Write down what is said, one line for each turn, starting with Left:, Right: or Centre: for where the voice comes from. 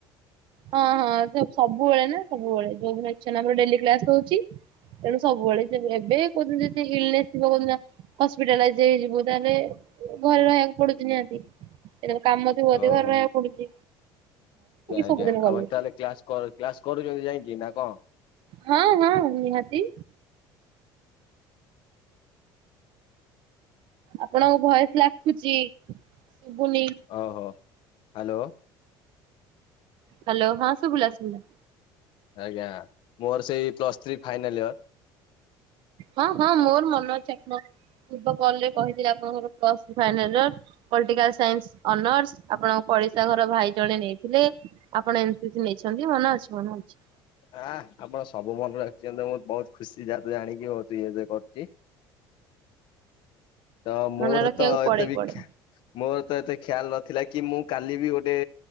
Right: ହଁ ହଁ ସବୁ ସବୁବେଳେ ନା ସବୁବେଳେ ଯୋଉଦିନ ଇଚ୍ଛା ନା ଆମର ଡେଲି କ୍ଲାସ ହୋଉଚି। ତେଣୁ ସବୁବେଳେ ଯେବେ ଏବେ କୋଉଦିନ ଯେଦି ହିଲନେସ୍ ଥିବ କୋଉଦିନ ହସ୍ପିଟାଲାଇଜ୍ ହେଇଯିବୁ ତାହେଲେ ଘରେ ରହିଆକୁ ପଡୁଛି ନିହାତି। ଯେତେବେଳ କାମ ଥିବ ଅଧିକ
Left: ଓହୋ
Right: ଘରେ ରହିଆକୁ ପଡୁଛି।
Left: ଆଜ୍ଞା ଆଜ୍ଞା
Right: ସବୁଦିନ କଲେଜ
Left: ଆପଣ ତାହେଲେ କ୍ଲାସ୍ କରୁ କ୍ଲାସ୍ କରୁଚନ୍ତି ଯାଇକି ନା କଁ?
Right: ହଁ ହଁ ନିହାତି। ଆପଣଙ୍କୁ ଭୟସ୍ ଲାଖୁଛି ଶୁଭୁନି।
Left: ଓହୋ ହାଲୋ
Right: ହାଲୋ ହଁ ଶୁଭିଲା ଶୁଭିଲା।
Left: ଆଜ୍ଞା ମୋର ସେଇ ପ୍ଲସ୍ ଥ୍ରୀ ଫାଇନାଲ୍ ଇୟର।
Right: ହଁ ହଁ ମୋର ମନେ ଅଛି ଆପଣ ପୂର୍ବ କଲ୍ ରେ କହିଥିଲେ ଆପଣଙ୍କର plus three final year. Political science honours ଆପଣଙ୍କ ପଡିଶା ଘର ଭାଇ ଜଣେ ନେଇଥିଲେ। ଆପଣ ଏମ୍ ସି ସି ନେଇଛନ୍ତି ମନେ ଅଛି ମନେ ଅଛି।
Left: ଆଃ ଆପଣ ସବୁ ମନେ ରଖିଛନ୍ତି ମୁଁ ବହୁତ୍ ଖୁସି ଯେହେତୁ ଜାଣିକି ବହୁତ୍ ଇଏ ଯିଏ କରୁଚି। ତ ମୋର
Right: ମନେ ରଖିବାକୁ
Left: ତ
Right: ପଡେ
Left: ଏତେ ବି
Right: ପଡେ।
Left: ଖ୍ୟା ମୋର ତ ଏତେ ଖ୍ୟାଲ୍ ନଥିଲା କି ମୁଁ କାଲି ବି ଗୋଟେ